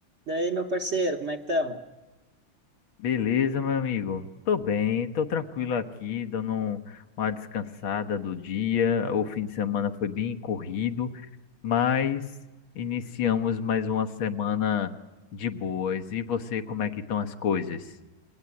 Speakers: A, on the right; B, on the left.
A: Daí, meu parceiro, como é que estamos?
B: Beleza, meu amigo. Tô bem, tô tranquilo aqui, dando um- uma descansada do dia. O fim de semana foi bem corrido, mas iniciamos mais uma semana de boas. E você, como é que estão as coisas?